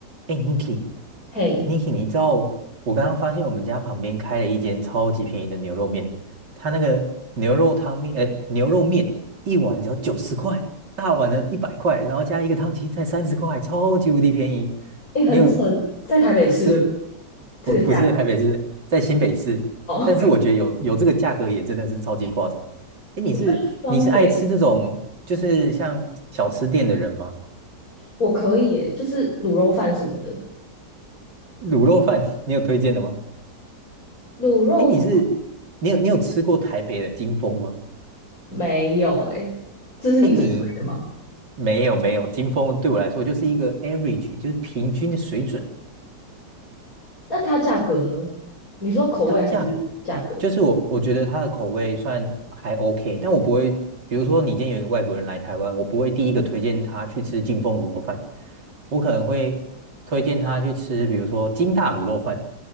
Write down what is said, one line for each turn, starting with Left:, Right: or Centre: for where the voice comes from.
Right: 哎，Niki，Niki，
Left: 嘿，
Right: 你知道我刚刚发现我们家旁边开了一间超级便宜的牛肉面，它那个牛肉汤面，呃，牛肉面一碗只要九十块，大碗的一百块，然后加一个汤青才三十块，超级无敌便宜。
Left: 哎，很扯，
Right: 你有
Left: 在台北市的
Right: 真
Left: 这个价格
Right: 不不是在台北市，在新北市，
Left: 哦。
Right: 但是我觉得有有这个价格也真的是超级夸张。
Left: <laughs>
Right: 哎，你是你是爱吃这种就是像小吃店的人吗？
Left: 我觉得双北我可以诶，就是卤肉饭什么的，
Right: 卤肉饭你有推荐的吗？
Left: 卤肉饭
Right: 哎，你是你有你有吃过台北的金丰吗？
Left: 没有诶，这是你最推的吗？
Right: 哎，你没有没有，金丰对我来说就是一个 average，就是平均的水准。
Left: 那它价格呢？你说口味还是价格
Right: 它价格就是我我觉得它的口味算还 OK，但我不会，比如说你今天有一个外国人来台湾，我不会第一个推荐他去吃金丰卤肉饭，我可能会推荐他去吃，比如说金大卤肉饭，